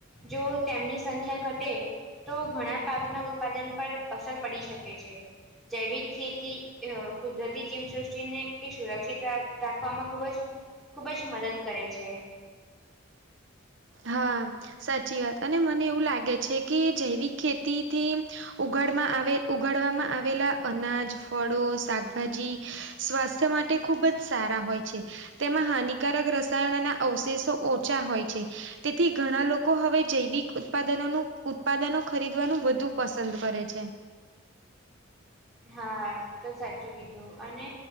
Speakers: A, in the centre; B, on the right (about 60°).
A: જો તેમની સંખ્યા ઘટે તો ઘણા પાકના ઉત્પાદન પર અસર પડી શકે છે જૈવિક ખેતી એવ કુદરતી જીવસૃષ્ટિને એ સુરક્ષિત રાખવામાં ખૂબ જ ખૂબજ મદદ કરે છે.
B: હા. સાચી વાત અને મને એવું લાગે છે કે જૈવિક ખેતી થી ઉગાડમાં આવે ઉગાડવામાં આવેલા અનાજ ફળો શાકભાજી સ્વાસ્થ્ય માટે ખૂબ જ સારા હોય છે તેમાં હાનિકારક રસાયણના અવશેષો ઓછા હોય છે તેથી ઘણા લોકો હવે જૈવિક ઉત્પાદનોનું ઉત્પાદનો ખરીદવાનું વધુ પસંદ કરે છે.
A: હા એ તો સાચું કીધું અને